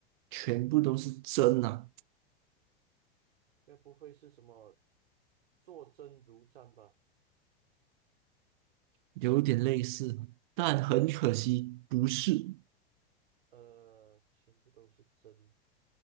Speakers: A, on the right; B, on the right.
A: 全部都是针啊，
B: 该不会是什么坐针如毡吧？
A: 有点类似，但很可惜不是
B: 呃，全部都是针，